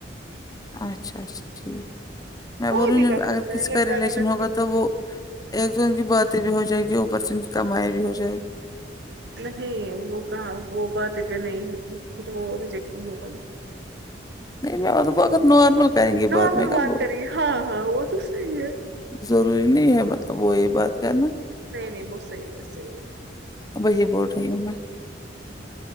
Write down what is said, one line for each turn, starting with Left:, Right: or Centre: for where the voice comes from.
Left: اچھا اچھا ٹھیک میں
Right: کوئی
Left: بولوں
Right: بھی کر
Left: اگر
Right: سکتا
Left: کسی
Right: ہے لڑکا
Left: کا ریلیشن
Right: بھی لڑکی
Left: ہوگا تو وہ ایک تو ان کی باتیں بھی ہو جائیں گی اوپر سے ان کی کمائی بھی ہو جائے
Right: نہیں وہ کہاں وہ بات اتنے نہیں ہے وہجیک نہیں ہو پایۓ
Left: نہیں مطلب اگر نارمل کریں گے
Right: نارمل
Left: میں کب
Right: بات کری ہاں ہاں وہ تو صحیح ہے
Left: ضروری نہیں ہے مطلب وہی بات کرنا
Right: نہیں نہیں وہ صحیح ہے صحیح ہے
Left: وہی بول رہی ہوں میں